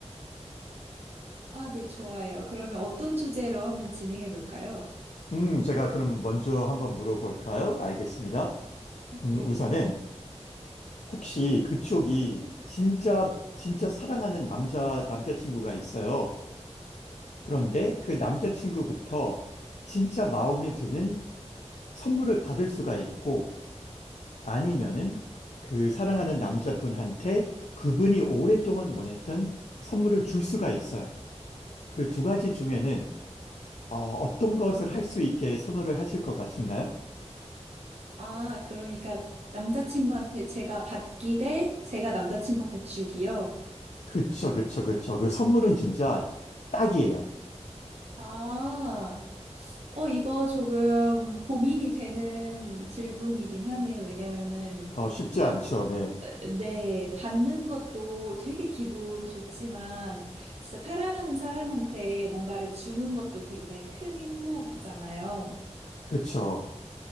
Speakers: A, on the right; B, on the left.
A: 아, 네, 좋아요. 그러면 어떤 주제로 한번 진행해 볼까요?
B: 음, 제가 그럼 먼저 한번 물어볼까요? 알겠습니다. 음,
A: 네.
B: 우선은 혹시 그쪽이 진짜, 진짜 사랑하는 남자, 남자친구가 있어요. 그런데 그 남자친구부터 진짜 마음에 드는 선물을 받을 수가 있고 아니면은 그 사랑하는 남자분한테 그분이 오랫동안 원했던 선물을 줄 수가 있어요. 그 두 가지 중에는 어, 어떤 것을 할 수 있게 선호를 하실 것 같으신가요?
A: 아, 그러니까 남자친구한테 제가 받기 대 제가 남자친구한테 주기요.
B: 그쵸, 그쵸, 그쵸. 그 선물은 진짜 딱이에요.
A: 아, 어, 이거 조금 고민이 되는 질문이긴 하네요. 왜냐면은
B: 어, 쉽지
A: 바-
B: 않죠, 네.
A: 네, 받는 것도 되게 기분 좋지만, 진짜 사랑하는 사람한테 뭔가를 주는 것도 굉장히 큰 행복이잖아요.
B: 그쵸.